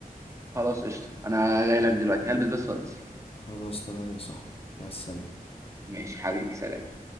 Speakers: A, on the right (about 20°); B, on the left (about 40°).
A: خلاص قشطة انا جايلك دلوقتي هلبس بس وانزل
B: خلاص تمام يا صاحبي مع السلامة
A: ماشي حبيبي سلام